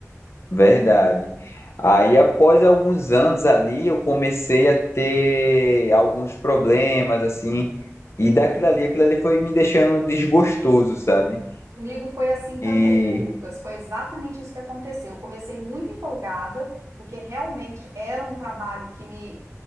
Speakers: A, on the left (about 55°); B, on the right (about 70°).
A: verdade. Aí, após alguns anos ali, eu comecei a ter alguns problemas, assim, e daquilo ali, aquilo ali foi me deixando desgostoso, sabe?
B: Comigo foi assim também,
A: E
B: Lucas. Foi exatamente isso que aconteceu. Eu comecei muito empolgada, porque realmente era um trabalho que me,